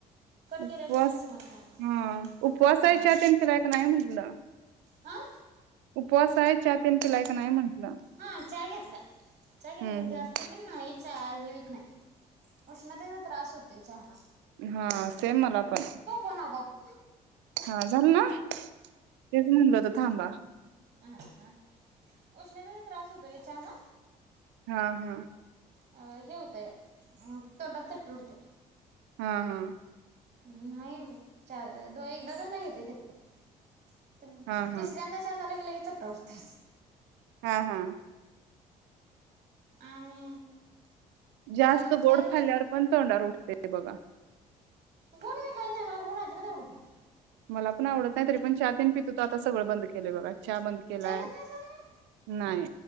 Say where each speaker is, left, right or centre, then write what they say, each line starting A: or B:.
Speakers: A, on the right (about 65°); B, on the right (about 35°).
A: उपवास
B: केल्याशिवाय बी समजणार
A: हा उपवास
B: नाही
A: हाय च्या तेन पीलाय का नाय म्हटलं!
B: हां
A: उपवास हाय च्या तेन पीलाय का नाय म्हणल?
B: हा च्या घेतला चाय घेतला
A: हम्म
B: जास्ती
A: हम्म
B: पण नाही चाय हे व्हईत नाय उष्णतेचा त्रास होतोय चहा नं
A: हा सेम मला पण
B: पण आपोआप
A: हा झालं ना तेच म्हणलं होत थांबा
B: अं हा उष्णतेने त्रास होतोय विचारला.
A: हा हा
B: अं हे होतंय अ तोंडात चट्ट उठत्यात
A: हम्म हम्म
B: न्हायी चा दो एकदा दोनदा घेतोय तरी पण. तुमि
A: हा हा
B: तिसऱ्यांदा चहा झाला कि लगेच, चट्ट उठत्यात
A: हा हा.
B: आणि
A: जास्त
B: मग
A: गोड
B: काय
A: खाल्ल्यावर पण तोंडावर उठ ते ते बघा.
B: गोड मी खाईत नाही मला गोड अजिबात आवडत नाही.
A: मला पण आवडत नाही तरी पण चहा तेन पित होतो आता सगळं बंद केलंय बघा. च्या बंद केलाय
B: चाय घेत नाही
A: नाइ.